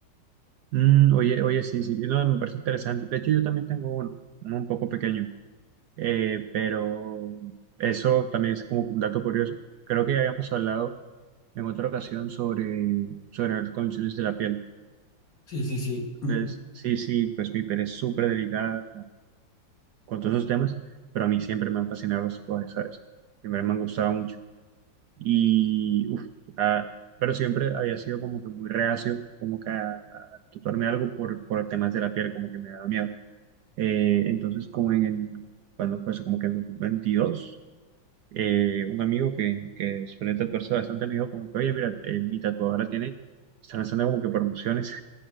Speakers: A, on the right; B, on the left.
A: Mm, oye, oye, sí, sí, no, me parece interesante. De hecho, yo también tengo uno, uno un poco pequeño, Eh, pero eso también es como un dato curioso. Creo que ya habíamos hablado en otra ocasión sobre, sobre las condiciones de la piel.
B: Sí, sí, sí.
A: Entonces, sí, sí, pues mi piel es súper delicada con todos esos temas, pero a mí siempre me han fascinado los tatuajes, ¿sabes? Siempre me han gustado mucho. Y, uf, ah, pero siempre había sido como que muy reacio, como que a, a tatuarme algo por, por el tema de la piel, como que me daba miedo. Eh, entonces, como en, en- cuando pues, como que en 2022, eh, un amigo que, que suele tatuarse bastante me dijo como que, oye, mira, eh, mi tatuadora tiene, está lanzando como que promociones